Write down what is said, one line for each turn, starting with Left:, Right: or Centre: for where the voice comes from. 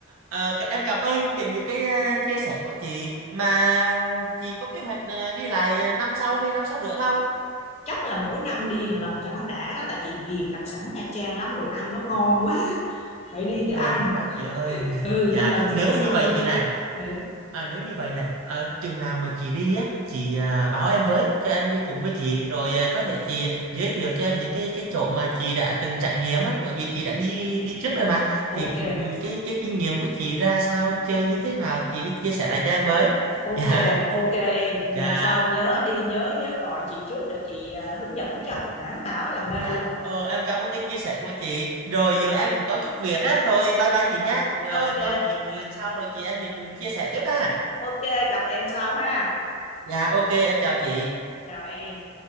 Right: à, cả- em cảm ơn cái- những cái ờ, chia sẻ của chị mà chị có kế hoạch ờ, đi lại năm sau hay năm sau nữa không
Left: chắc là mỗi năm đi một lần cho nó đã đó tại chị ghiền đặc sản Nha Trang lắm đồ ăn nó ngon quá phải đi để
Right: hay
Left: ăn
Right: quá chị ơi
Left: ừ
Right: <laughs> dạ
Left: nên lần
Right: nếu
Left: lần sau
Right: như vậy
Left: em đi
Right: chị này
Left: ừ.
Right: À, nếu như vậy nè, à, chừng nào mà chị đi á, chị à, bảo em với, cho em đi cùng với chị, rồi à, có thể chị giới thiệu cho em những cái cái chỗ mà chị đã từng trải nghiệm á, bởi vì chị đã đi đi trước rồi mà,
Left: ok
Right: thì ừ, ừ, cái cái kinh nghiệm của chị ra sao, chơi như thế nào, chị cứ chia sẻ lại cho em với. <laughs>
Left: ok
Right: Dạ,
Left: ok em lần
Right: dạ,
Left: sau nhớ đi nhớ nhớ gọi chị trước để chị à, hướng dẫn cho đảm bảo là mê
Right: dạ.
Left: luôn
Right: Ờ, em cảm ơn cái chia sẻ của chị. Rồi giờ em cũng có chút việc á, thôi bye bye chị nhá. Rồi
Left: ok
Right: có dịp lần sau rồi chị em mình cùng chia sẻ tiếp ha.
Left: ok gặp em sau ha
Right: Dạ, ok, em chào chị.
Left: chào em